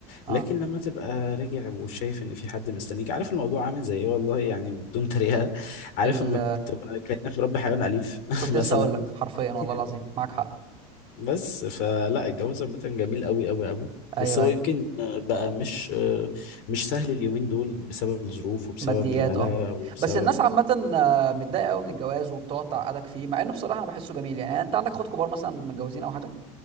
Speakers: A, on the right (about 25°); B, on the left (about 50°).
A: اه
B: لكن لما تبقى راجع وشايف ان في حد مستنيك عارف الموضوع عامل زي ايه والله يعني بدون تريقه عارف
A: ال...
B: لما تبقى كانك مربي حيوان اليف <laughs>
A: كنت لسه
B: مثلا
A: اقول لك حرفيا والله
B: يعني
A: العظيم معاك حق
B: بس فلا الجواز عامة جميل قوي قوي قوي
A: ايوه
B: بس هو
A: ايوه
B: يمكن آه، بقى مش آه، مش سهل اليومين دول بسبب الظروف وبسبب
A: ماديات
B: الغلاء
A: اه
B: وبسبب
A: بس الناس عامة آه، متضايقة قوي من الجواز وبتقعد تعقدك فيه مع انه بصراحة انا بحسه جميل يعني يعني انت عندك اخوات كبار مثلا متجوزين او حاجة؟